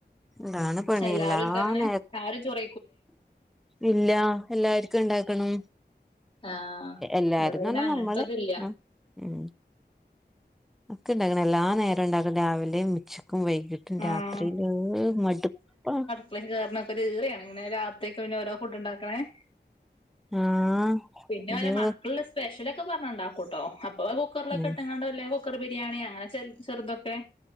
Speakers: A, in the centre; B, on the left.
A: അതാണ് പണി
B: എല്ലാരു
A: എല്ലാ
B: ഉണ്ടങ്ങനെ
A: നേര
B: ആരും ചോർ
A: ഇല്ല എല്ലാർക്കും ഇണ്ടാക്കണം
B: ആഹ്
A: എല്ലാരന്ന്
B: ഇവിടെ പിന്നെ
A: പറഞ്ഞാ
B: അങ്ങനത്തെതില്ല
A: നമ്മള് ഏഹ് അന്ക്ക് ഇണ്ടാക്കണം എല്ലാ നേരം ഇണ്ടാക്കണം രാവിലെ ഉച്ചക്കും വൈ
B: ആഹ്
A: രാത്രിയില് മടുപ്പാ
B: ഉള്ളി കേറുനാകെ ഒരു ഈറയാണ് ഇങ്ങനെ രാത്രിക്കെ പിന്നെ ഓരോ ഫുഡ്ണ്ടാക്കണേ
A: ആഹ്
B: പിന്നെ
A: അയ്യോ
B: ഓല മക്കളുള്ള സ്പെഷ്യലൊക്കെ പറഞാ ഉണ്ടാക്കൂട്ടോ അപ്പൊ കുക്കറൊക്കെട്ടങ്ങണ്ടല്ലേ
A: ഉം
B: കുക്കർ ബിരിയാണിയാ അങ്ങനെ ചെറു ചെറുതൊക്കെ